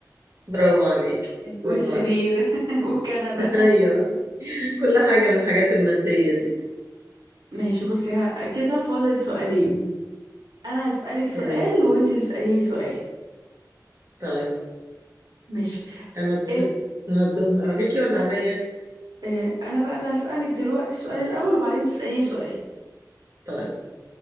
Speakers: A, on the right; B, on the right.
A: برافو عليك
B: والسرير
A: برافو عليك
B: <laughs> والكنبة
A: <laughs> ايوه كل حاجة من الحاجات المادية دي
B: ماشي بصي ه- كده فاضل سؤالين انا هسألك سؤال
A: تمام
B: وانت تسألين سؤال
A: طيب
B: ماشي
A: انا
B: ال...
A: انا الدور عليكي ولا عليا
B: آه، انا بقى اللي هسألك دلوقتي السؤال الاول وبعدين تسأليني سؤال
A: طيب